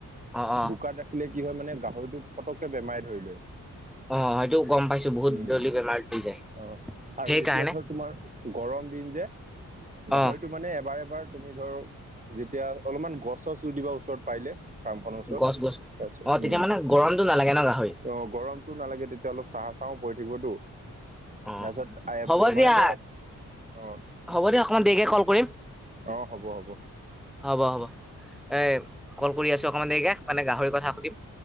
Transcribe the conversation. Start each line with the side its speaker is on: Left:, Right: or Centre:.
Centre: অ' অ'।
Right: বোকাত ৰাখিলে কি হয় মানে, গাহৰিটো পটককে বেমাই ধৰি লয়।
Centre: অ', সেইটো গম পাইছো বহুত
Right: উম,
Centre: জল্দি বেমাৰ হৈ যায়
Right: অ' আৰু
Centre: সেইকাৰণে
Right: এতিয়া ধৰ তোমাৰ গৰম দিন যে গাহৰিটো
Centre: অ',
Right: মানে এবাৰ এবাৰ তুমি ধৰ যেতিয়া অলপমান গছ চছ ৰুই দিবা ওচৰত পাৰিলে ফ্ৰাম খনৰ ওচৰত
Centre: গছ গছ
Right: তাৰ পিছত
Centre: অ', তেতিয়া মানে গৰমটো নালাগে ন গাহৰি
Right: উম অ' গৰমতো নালাগে তেতিয়া অলপ চা চাহো পৰি থাকিবতো
Centre: অ',
Right: তাৰপিছত আহ
Centre: হ'ব
Right: মানে
Centre: দিয়া
Right: ধৰক অ'
Centre: হ'ব দিয়া অকণমান দেৰিকে কল কৰিম।
Right: অ' হ'ব হ'ব।
Centre: হ'ব হ'ব এ কল কৰি আছো অকমান দেৰিকে মানে গাহৰিৰ কথা সুধিম।